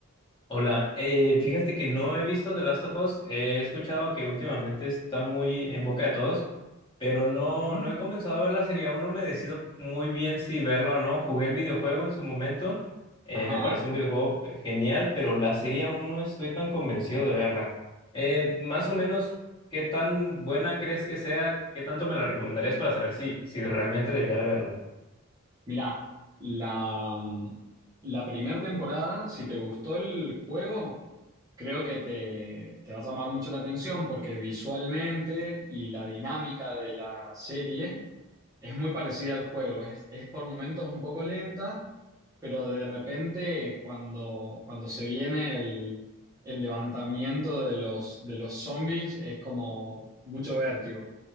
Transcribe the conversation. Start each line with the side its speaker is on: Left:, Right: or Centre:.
Left: Hola, eh, fíjate que no he visto The Last of Us, he escuchado que últimamente está muy en boca de todos, pero no,
Right: ¿Mm?
Left: no he comenzado a ver la serie, aún no me decido muy bien si verla o no. Jugué el videojuego en su momento, eh,
Right: Ajá.
Left: me parece un videojuego pe- genial, pero la serie aún no estoy tan convencido de verla. Eh, más o menos, ¿qué tan buena crees que sea? ¿Qué tanto me la recomendarías para saber si, si realmente debería de verla?
Right: Mirá, la, mm, la primera temporada, si te gustó el juego. Creo que te, te va a llamar mucho la atención porque visualmente y la dinámica de la serie es muy parecida al juego. Es, es por momentos un poco lenta, pero de repente cuando, cuando se viene el, el levantamiento de los, de los zombies es como mucho vértigo.